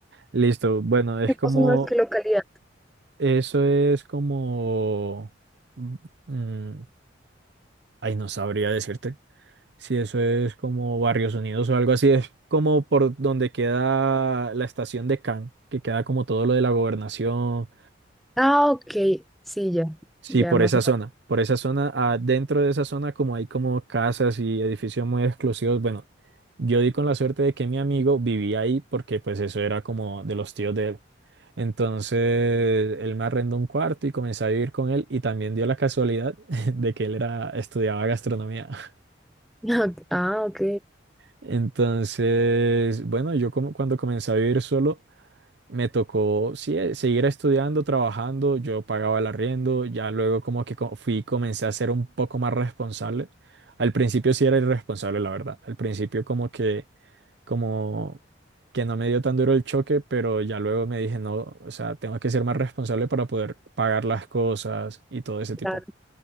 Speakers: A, on the right; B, in the centre.
A: Listo, bueno, es
B: ¿Qué
A: como
B: más o menos qué localidad?
A: Eso es como... mm, mm, ay, no sabría decirte. Si eso es como Barrios Unidos o algo así, es como por donde queda la estación de Can, que queda como todo lo de la gobernación.
B: Ah, ok, sí, ya,
A: Sí,
B: ya
A: por
B: más.
A: esa zona, por esa zona, ah, dentro de esa zona como hay como casas y edificios muy exclusivos, bueno, yo di con la suerte de que mi amigo vivía ahí porque pues eso era como de los tíos de él. Entonces él me arrendó un cuarto y comencé a vivir con él y también dio la casualidad <laughs> de que él era, estudiaba gastronomía. <laughs>
B: Ok, Ah, ok,
A: Entonces, bueno, yo como cuando comencé a vivir solo me tocó sí, eh, seguir estudiando, trabajando, yo pagaba el arriendo, ya luego como que co- fui, comencé a ser un poco más responsable. Al principio sí era irresponsable, la verdad. Al principio como que, como que no me dio tan duro el choque, pero ya luego me dije, no, o sea, tengo que ser más responsable para poder pagar las cosas y todo ese tipo.
B: claro,